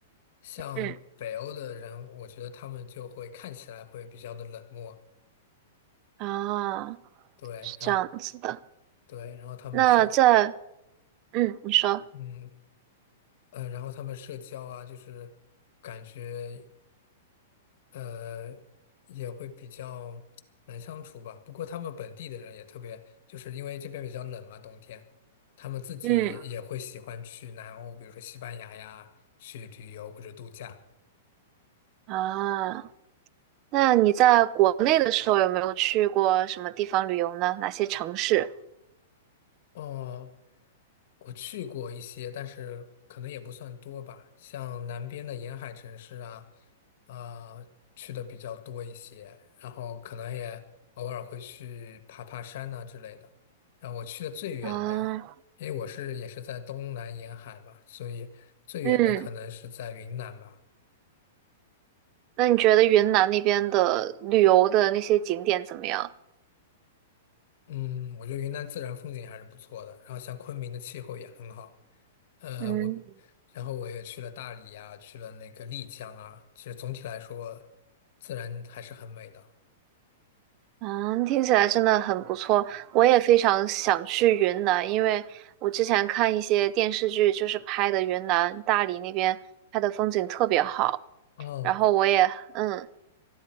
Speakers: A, on the left; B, on the right.
A: 像北欧的人，
B: 嗯，
A: 我觉得他们就会看起来会比较的冷漠，
B: 啊，
A: 对，
B: 是这样子的。
A: 然后对，然后他们社，
B: 那在嗯，你说
A: 嗯呃，然后他们社交啊，就是感觉。呃，也会比较难相处吧。不过他们本地的人也特别，就是因为这边比较冷嘛，冬天，他们自己也会喜欢去南欧，
B: 嗯
A: 比如说西班牙呀，去旅游或者度假。
B: 啊，那你在国内的时候有没有去过什么地方旅游呢？哪些城市？
A: 哦，我去过一些，但是可能也不算多吧。像南边的沿海城市啊，啊、去的比较多一些，然后可能也偶尔会去爬爬山呐、之类的。然后我去的最远的，
B: 啊？
A: 因为我是也是在东南沿海嘛，所以最远的可能是在云南吧。
B: 嗯，那你觉得云南那边的旅游的那些景点怎么样？
A: 嗯，我觉得云南自然风景还是不错的，然后像昆明的气候也很好。呃，
B: 嗯
A: 我，然后我也去了大理呀，去了那个丽江啊。其实总体来说，自然还是很美的。
B: 嗯，听起来真的很不错，我也非常想去云南，因为我之前看一些电视剧，就是拍的云南大理那边拍的风景特别好，
A: 哦，
B: 然后我也嗯，
A: 我